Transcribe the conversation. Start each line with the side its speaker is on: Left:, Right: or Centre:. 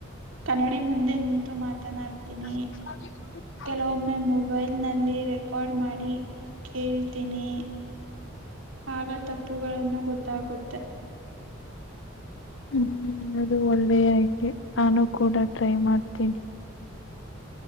Right: ಕನ್ನಡಿ ಮುಂದೆ ನಿಂತು ಮಾತ್ರ ತ ಆಡ್ತೀನಿ
Left: ಹ
Right: ಕೆಲೊಮ್ಮೆ ಮೊಬೈಲ್ ನಲ್ಲಿ ರೆಕಾರ್ಡ್ ಮಾಡಿ ಕೇಳ್ತೀನಿ ಆಗ ತಪ್ಪುಗಳನ್ನು ಗೊತ್ತಾಗುತ್ತೆ
Left: ಹ್ಮ್ ಅದು ಒಳ್ಳೆಯೆ ನಾನು ಕೂಡ ಟ್ರೈ ಮಾಡ್ತೀನಿ